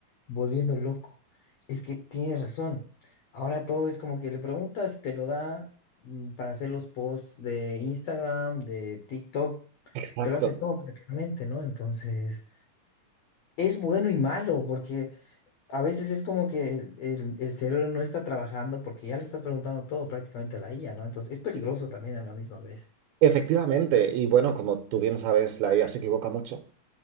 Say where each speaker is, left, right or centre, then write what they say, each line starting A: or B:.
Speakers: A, on the left; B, on the right.
A: volviendo loco. Es que tiene razón. Ahora todo es como que le preguntas y te lo da mm, para hacer los posts de Instagram, de TikTok.
B: Exacto.
A: Te lo hace todo prácticamente, ¿no? Entonces, es bueno y malo porque a veces es como que el, el- el cerebro no está trabajando porque ya le estás preguntando todo prácticamente a la IA, ¿no? Entonces, es peligroso también a la misma vez.
B: Efectivamente, y bueno, como tú bien sabes, la IA se equivoca mucho.